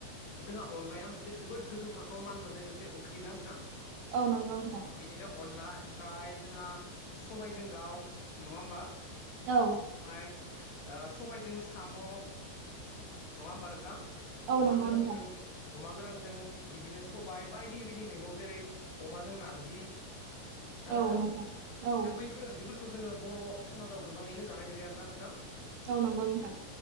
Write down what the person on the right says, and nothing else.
औ नंगौ नोंथां।
औ।
औ
नंगौ
नोंथां
औ औ
औ नंगौ नोंथां।